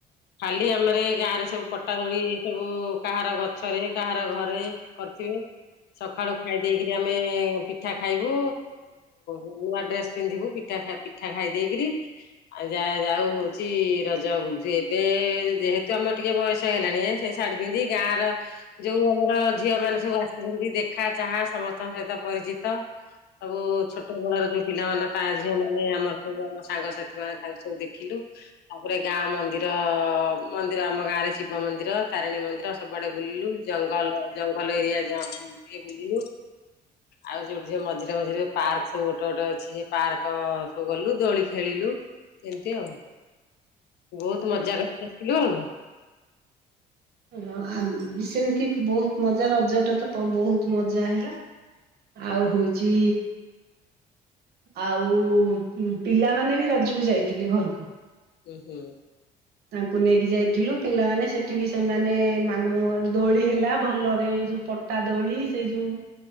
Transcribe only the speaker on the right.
<inaudible>
<inaudible>
ଓହୋ
ଓହୋ ସେମିତି ବହୁତ ମଜା ରଜ ଟା ତ ବହୁତ ମଜା ହେଲା। ଆଉ ହଉଚି ଆଉ ପିଲାମାନେ ବି ରଜକୁ ଯାଇଥିଲେ ଘରକୁ।
ତାଙ୍କୁ ନେଇକି ଯାଇଥିଲୁ। ପିଲାମାନେ ସେଠି ବି ସେମାନେ ମାମୁଁ ଦୋଳି ହେଲା ଭଲରେ। ଏଇ ଯୋଉ ପଟା ଦୋଳି ସେଇ ଯୋଉ